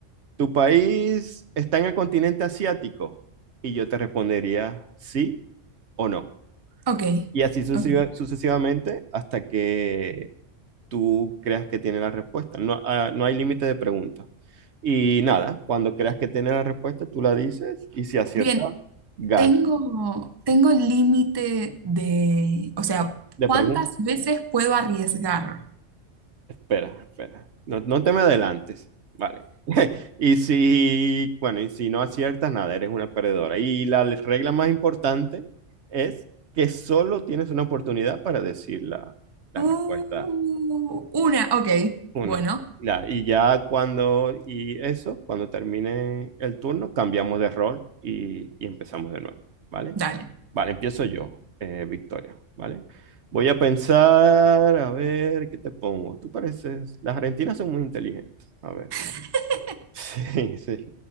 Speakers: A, on the right; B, on the right.
A: ¿tu país está en el continente asiático? Y yo te respondería sí o no.
B: Ok,
A: Y así sucesiva-
B: ok.
A: sucesivamente hasta que tú creas que tiene la respuesta. No, ah, no hay límite de preguntas. Y nada, cuando creas que tiene la respuesta, tú la dices y si acierta,
B: Bien,
A: gana.
B: tengo, tengo el límite de, o sea,
A: De
B: ¿cuántas
A: pregunta.
B: veces puedo arriesgar?
A: Espera, espera. No, no te me adelantes. Vale. <laughs> Y si, bueno, y si no aciertas, nada, eres una perdedora. Y la regla más importante es que solo tienes una oportunidad para decir la, la
B: Uh,
A: respuesta
B: una, ok.
A: Una.
B: Bueno,
A: Ya, y ya cuando, y eso, cuando termine el turno, cambiamos de rol y, y empezamos de nuevo, ¿vale?
B: dale.
A: Vale, empiezo yo, eh, Victoria, ¿vale? Voy a pensar, a ver, ¿qué te pongo? Tú pareces, las argentinas son muy inteligentes, a ver.
B: <laughs>
A: <laughs> Sí, sí.